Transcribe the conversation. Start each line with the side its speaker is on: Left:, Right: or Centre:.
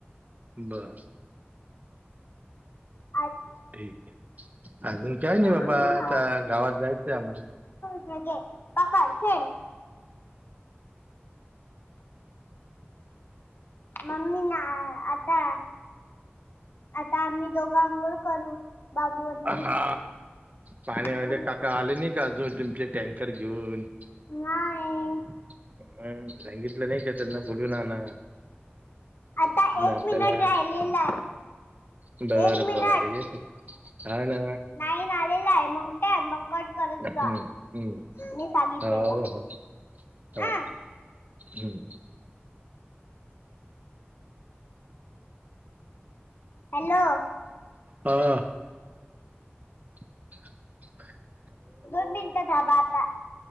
Right: बर.
Left: हम
Right: ठीक. अजून काय नाही
Left: अजून
Right: बाबा आता गावात जायचंय आम्हाला.
Left: म्हे पकड. खेड. मम्मी नाही आता-आता आम्ही दोघं आंघोळ करू. बाबू आणि
Right: हा पाणीवाले
Left: मी
Right: काका आले नाही का अजून तुमचे? टँकर घेऊन?
Left: नाही
Right: अ सांगितलं नाही का त्यांना? बुडू ना ना.
Left: आता एक
Right: आपल्याला.
Left: मिनिट राहिलेला.
Right: बरं
Left: एक मिनट.
Right: बरं येते हा ना
Left: नाहीझालेला आहे कुटाय मग? कट करत
Right: हम्म
Left: जा,
Right: हम्म
Left: मी सांगित
Right: हो
Left: तेव्हा,
Right: हो हो
Left: आ.
Right: हम्म.
Left: हॅलो.
Right: आ. <unintelligible>
Left: दोन मिनिटं थांबा आता.